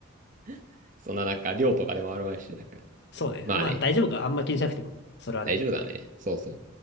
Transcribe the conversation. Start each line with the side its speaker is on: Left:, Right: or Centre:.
Right: <laughs> そんななんか、量とかでもあるまいし、なんか。
Left: そうね。
Right: まあね、
Left: まあ、大丈夫か。あんま気にしなくても。それはね。
Right: 大丈夫だね。そうそう。